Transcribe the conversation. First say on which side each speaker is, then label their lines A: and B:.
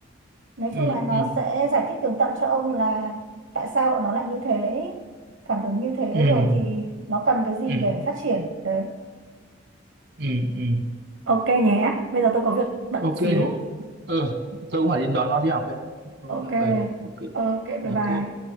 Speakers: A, on the right (about 75°); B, on the right (about 60°).
A: nói
B: ừ
A: chung là nó
B: ừ
A: sẽ giải thích tường tận cho ông là tại sao bọn nó lại như thế phản ứng như thế
B: ừ
A: rồi thì nó cần cái gì
B: ừ
A: để phát triển đấy
B: ừ ừ
A: ok nhé bây giờ tôi có việc bận
B: ok
A: xíu
B: ừ tôi cũng phải đi đón nó đi học đây tôi cũng
A: ok
B: đi học về đây ok
A: ok bye
B: ok
A: bye